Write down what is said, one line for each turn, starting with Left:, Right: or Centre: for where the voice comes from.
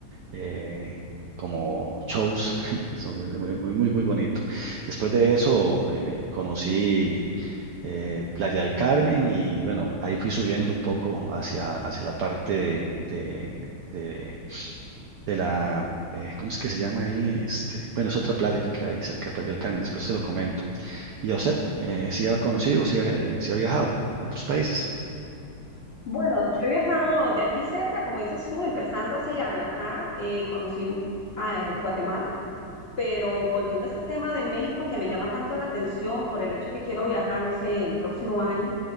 Right: eh, como shows, <laughs> eso muy, muy, muy, muy muy bonito. Después de eso, eh, conocí eh, Playa del Carmen y bueno, ahí fui subiendo un poco hacia, hacia la parte de de- de de la, eh, ¿cómo es que se llama ahí? Este, bueno, es otra playa que queda ahí cerca de Playa del Carmen, después te lo comento. ¿Y a usted, eh, si ha conocido, si ha, eh, sí ha viajado a otros países?
Left: Bueno, yo he viajado de aquí cerca, como dices tú, empezando así a viajar, eh, conocí a eh, Guatemala, pero volviendo a este tema de México que me llama tanto la atención por el hecho que quiero viajar, no sé, el próximo año.